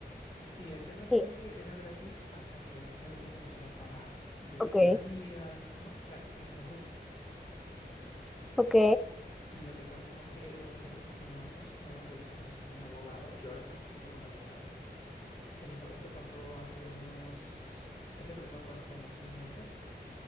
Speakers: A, on the left; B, in the centre.
A: Y el tema está
B: sí,
A: en que era gratis hasta que cierto tiempo nos iba a pagar de
B: ok,
A: regalías, ¿no? Claro, tiene que ser justo.
B: ok,
A: Lo que pasa está en que los contratos que firmamos no los revisamos con un abogado. Yo ahora trabajo siempre con abogado, pero Eso, esto pasó hace unos... Este problema fue hace como seis meses